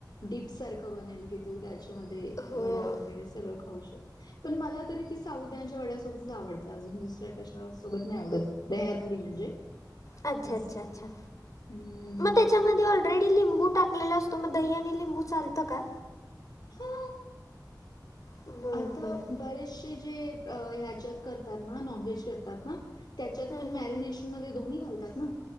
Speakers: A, on the left; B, on the left.
A: डीप सारखं बनेल की तू त्याच्यामध्ये
B: हो.
A: वडा वगैरे सगळ खुऊशी पण मला तरी ती साबुदाण्याच्या वड्यासोबतच आवड अजून दुसऱ्या कश्यावर सोबत नाय आवडत दह्यातली म्हणजे.
B: अच्छा
A: असं
B: अच्छा अच्छा.
A: हम्म
B: मग त्याच्यामध्ये ऑलरेडी लिंबू टाकलेला असतो म दही आणि लिंबू चालतं का?
A: हो.
B: बरं
A: आता
B: बरं
A: बरेचशे जे ह्याच्यात करतात ना नॉन व्हेज करतात ना त्याच्यात
B: हम्म
A: पण
B: हम्म.
A: मॅरिनेशन मध्ये दोन्ही घालतात ना.